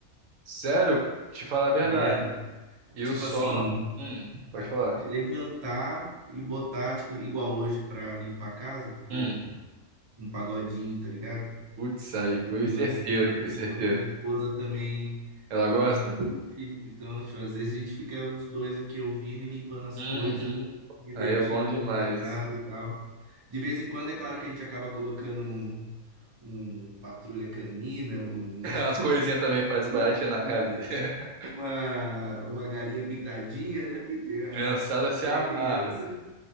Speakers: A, on the right; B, on the right.
A: Sério, te falar a verdade.
B: tá ligado?
A: Eu
B: Tipo
A: só.
B: assim,
A: Hum, pode
B: a-
A: falar.
B: levantar e botar, tipo, igual hoje pra limpar a casa, pô,
A: Hum,
B: um pagodinho, tá ligado?
A: putz, aí
B: tranquilo,
A: foi certeiro,
B: assim. Minha
A: foi
B: espo-
A: certeiro.
B: minha esposa também,
A: Ela
B: também
A: gosta?
B: curte. Então, tipo, às vezes a gente fica os dois aqui ouvindo e limpando as
A: Uhum.
B: coisas, divertindo,
A: Aí é bom demais.
B: dando risada e tal. De vez em quando, é claro que a gente acaba colocando um, um patrulha canina, um,
A: <laughs> As coisinhas também pra
B: <laughs>
A: desbaratear na
B: um-
A: cabeça. <laughs>
B: uma, uma galinha pintadinha, né? Porque tem
A: Criançada
B: a,
A: se
B: tem
A: amarra.
B: a criança.